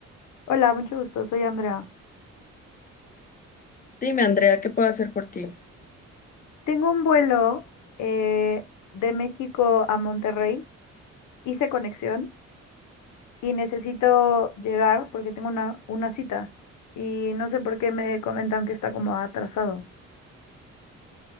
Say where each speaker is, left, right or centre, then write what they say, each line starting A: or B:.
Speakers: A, on the left; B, on the left.
A: Hola, mucho gusto, soy Andrea.
B: Dime, Andrea, ¿qué puedo hacer por ti?
A: Tengo un vuelo eh, de México a Monterrey, hice conexión y necesito llegar porque tengo una, una cita y no sé por qué me comentan que está como atrasado.